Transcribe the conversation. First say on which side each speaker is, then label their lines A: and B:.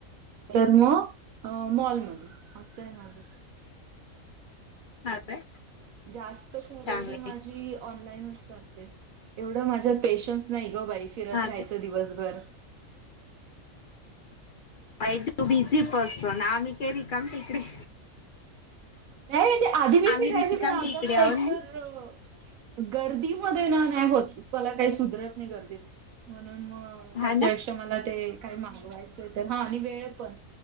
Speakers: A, on the right; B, on the left.
A: तर.. मग. मॉलमध्ये, असं आहे माझं
B: हा काय
A: जास्त खरेदी
B: चांगलं
A: माझी
B: आहे
A: जि ऑनलाईन वर चालते, ऐवढ माझ्यात पेशंन्स नाही ग बाई. फिरत
B: हा
A: राहायचं
B: काय
A: दिवसभर.
B: बाई तु बिझी पर्सन, आम्ही काय रीकाम टेकडे
A: नाही म्हणजे आधी मी
B: आम्ही
A: फिरायची
B: रिकाम
A: पण आता
B: टेकडे
A: मला
B: आहोत.
A: एक तर गर्दीमध्ये ना नाही होत मला काही सुधरत नाही गर्दीत. म्हणून मग
B: हा
A: त्याच्या
B: ना.
A: शी त मला ते काही मागवायचंय तर हा आणि वेळ पण